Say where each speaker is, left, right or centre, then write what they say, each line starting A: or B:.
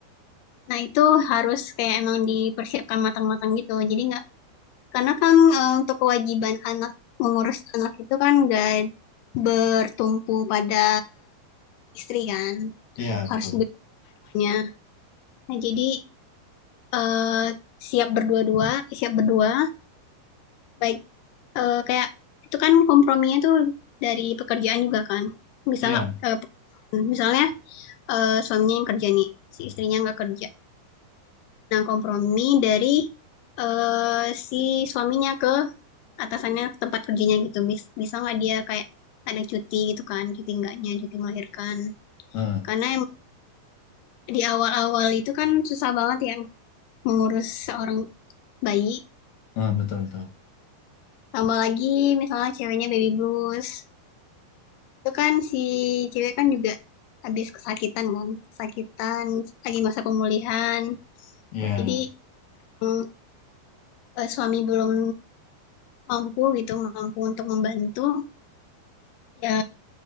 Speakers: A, on the left; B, on the left.
A: nah itu harus kayak emang dipersiapkan matang-matang gitu. Jadi nggak karena kan eh, untuk kewajiban anak mengurus anak itu kan nggak bertumpu pada istri kan,
B: Iya
A: harus
B: betul.
A: berduanya. Nah, jadi eh, siap berdua-dua, siap berdua, baik eh, kayak itu kan komprominya tuh dari pekerjaan juga kan. Bisa
B: Iya.
A: nggak eh, hmm, misalnya eh, suaminya yang kerja nih, si istrinya nggak kerja. Nah, kompromi dari eh, si suaminya ke atasannya ke tempat kerjanya gitu. Bis- Bisa nggak dia kayak ada cuti gitu kan, cuti enggaknya, cuti melahirkan.
B: Heeh,
A: Karena em- di awal-awal itu kan susah banget ya mengurus seorang bayi
B: heeh, betul betul.
A: Tambah lagi misalnya ceweknya baby blues. Itu kan si cewek kan juga habis kesakitan kan. Kesakitan, lagi masa pemulihan.
B: Iya,
A: Jadi mm, eh, suami belum mampu gitu, mampu untuk membantu. Ya